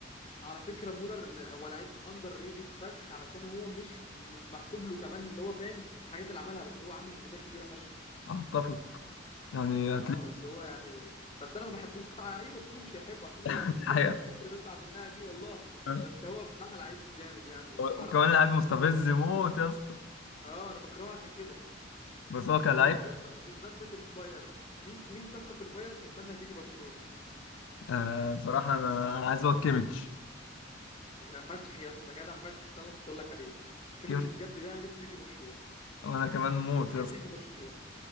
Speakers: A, on the left; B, on the left.
A: على فكره مولر هو لعيب اندر ريتد فشخ علشان هو مش مش محسوب له كمان اللي هو فاهم الحاجات اللي عملها بس هو عامل انجازات كبيره فشخ
B: اتفق يعني
A: اه بس هو يعني بس انا ما بحبوش صراحه اي برشلوني مش هيحبه عشان هو
B: هتلاقي
A: كل التصريحات اللي بيطلع منها دي والله
B: آه.
A: بس هو بصراحه لعيب جامد يعني ويحترم
B: وكمان لعيب مستفز موت يا اسطى
A: اه انا بكرهه عشان كده
B: بس هو كلاعب
A: بجد يا اسطى طب بمناسبه البايرن مين مين صفقه في البايرن تتمنى تيجي برشلونه
B: آه بصراحة أنا أنا عايز أقول كيميتش
A: يا فشخ يا اسطى جدع فشخ ده اللي انا كنت اقول لك عليه كيميتش
B: كيميتش
A: بجد ده انا نفسي يجي برشلونه
B: وأنا كمان موت
A: ومنين حد
B: يا اسطى
A: يجي برشلونه